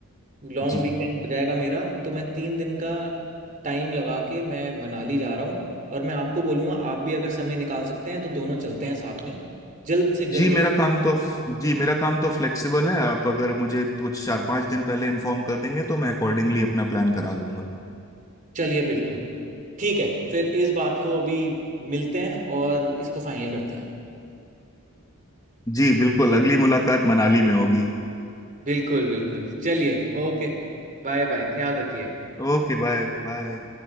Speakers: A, on the right; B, on the left.
A: लॉन्ग
B: जी
A: वीकेंड हो जाएगा मेरा तो मैं तीन दिन का टाइम लगा के मैं मनाली जा रहा हूँ और मैं आपको बोलूंगा आप भी अगर समय निकाल सकते हैं तो दोनों चलते हैं साथ में जल्द से जल्द
B: जी मेरा काम तो जी मेरा काम तो फ्लेक्सिबल है आप अगर मुझे कुछ चार पांच दिन पहले इन्फॉर्म कर देंगे तो मैं अकॉर्डिंगली अपना प्लान करा लूंगा
A: चलिए बिल्कुल ठीक है फिर इस बात को अभी मिलते हैं और इसको फाइनल करते हैं
B: जी बिल्कुल अगली मुलाकात मनाली में होगी
A: बिल्कुल बिल्कुल चलिए ओके बाय बाय ख्याल रखिए
B: Okay bye bye